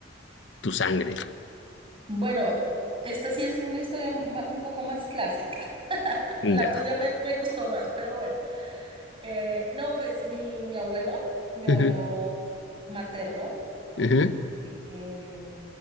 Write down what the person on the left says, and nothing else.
tu sangre.
Ya.
Ujú,
ujú,